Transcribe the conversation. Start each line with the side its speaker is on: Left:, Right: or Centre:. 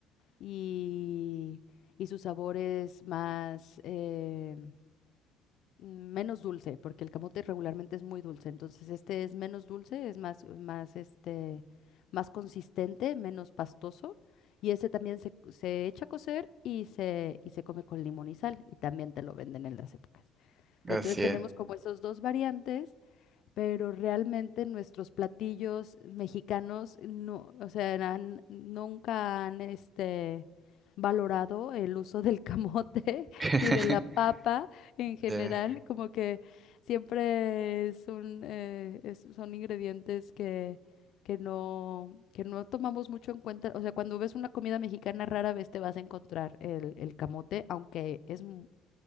Left: y, y su sabor es más, em, menos dulce, porque el camote regularmente es muy dulce, entonces este es menos dulce, es más, más, este, más consistente, menos pastoso, y ese también se, se echa a cocer y se, y se come con limón y sal, y también te lo venden en las épocas. Pero
Right: así
Left: entonces tenemos
Right: es.
Left: como esos dos variantes pero realmente nuestros platillos mexicanos no, o sea, han- nunca han este, valorado el uso del camote <laughs>
Right: <laughs>
Left: y de la papa en general,
Right: Eh,
Left: como que siempre es un, eh, es- son ingredientes que, que no, que no tomamos mucho en cuenta. O sea, cuando ves una comida mexicana, rara vez te vas a encontrar el, el camote, aunque es mu-